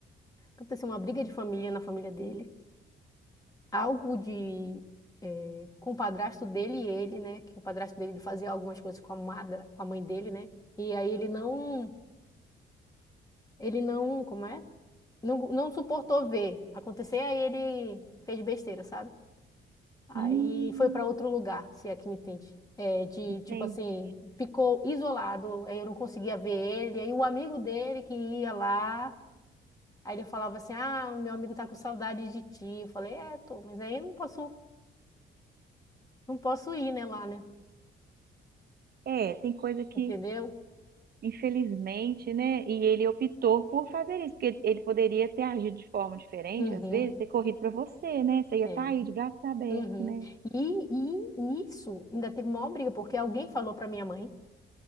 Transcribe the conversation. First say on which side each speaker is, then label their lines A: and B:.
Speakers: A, on the left (about 15°); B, on the right (about 50°).
A: Aconteceu uma briga de família na família dele, algo de eh, com o padrasto dele e ele, né? Que o padrasto dele ele fazia algumas coisas com a amada, com a mãe dele, né? E aí ele não, ele não, como é? Não, não suportou ver acontecer, aí ele fez besteira, sabe? Aí
B: Hum,
A: foi para outro lugar, se é que me entende. É, de
B: entendi.
A: tipo assim, ficou isolado, aí eu não conseguia ver ele, aí o amigo dele que ia lá, aí ele falava assim: "Ah, o meu amigo tá com saudade de ti". Eu falei: "É, tô, mas aí eu não posso não posso ir, né, lá, né?"
B: É, tem coisa que,
A: Entendeu?
B: infelizmente, né? E ele optou por fazer isso, porque ele poderia ter agido de forma diferente,
A: Uhum,
B: às vezes, ter corrido pra você, né? Você ia
A: é.
B: estar aí de braços abertos,
A: Uhum.
B: né?
A: E, e isso ainda teve maior briga, porque alguém falou pra minha mãe.